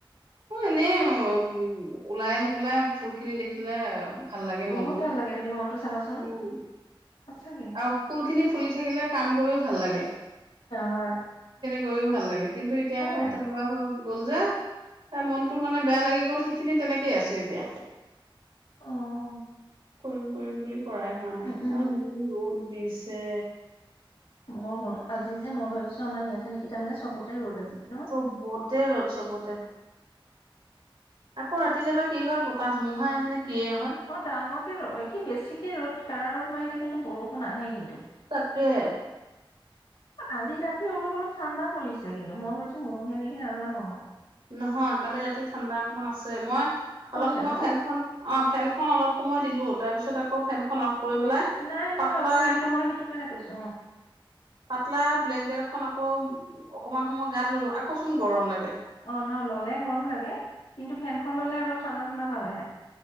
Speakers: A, on the right; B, on the left.
A: অ', এনেই উম, ওলাই আহি পেলাই ফুলখিনি দেখিলে ভাল লাগে
B: বহুত
A: মনটো
B: ভাল লাগে তুমি মনটো চাবাচোন।
A: উম
B: সঁচাকে
A: আৰু ফুলখিনি ফুলি থাকিলে কাম কৰি ভাল লাগে।
B: হয়।
A: গৈও ভাল লাগে। কিন্তু এতিয়া
B: ভাল
A: আকৌ
B: লাগে
A: তেনেকুৱা হ'ল। গ'ল যে, এ মনটো মানে বেয়া লাগি গ'ল সেইখিনি তেনেকেই আছে এতিয়া।
B: অহ।
A: কৰিম কৰিম বুলি কৰাই হোৱা নাই,
B: উম
A: আৰু যি দিছে।
B: বৰ গৰম। আজি যে মই ভাবিছোঁ আমাৰ ইয়াতে নেকি তাৰমানে চবতে ৰ'দ আজি। ন
A: চবতে ৰ'দ, চবতে। আকৌ ৰাতিলে বা কি হয়, বতাহ ধুমুহা আহেনে। কিয়ে হয়
B: অ', ডাঙৰকে ৰ কি বেছিকে ৰ'দ কাৰা ৰ'দ মাৰিলে কিন্তু বৰষুণ আহে কিন্তু।
A: তাকে।
B: আজি ৰাতি অলপ অলপ ঠাণ্ডা পৰিছে কিন্তু মই ভাবিছোঁ মোৰ হে নেকি নাজানো আৰু।
A: নহয়, কালি ৰাতি ঠাণ্ডা অকমান আছে। মই
B: পৰিছে
A: অলপ সময়
B: ন
A: ফেনখন, অ' ফেনখন অলপ সময় দিলোঁ, তাৰপিছত আকৌ ফেনখন অফ কৰি পেলাই
B: নাই নহয়,
A: পাতলা
B: অফ কৰি
A: এখন
B: দিলোঁ, মই সেইটো কাৰণে কৈছোঁ।
A: পাতলা ব্লেংকেট এখন আকৌ অকনমান সময় গাত ললোঁ, আকৌ চোন গৰম লাগে।
B: অ', ন। ল'লে গৰম লাগে কিন্তু ফেনখন ললে অলপ ঠাণ্ডা ঠাণ্ডা ভাব আহে।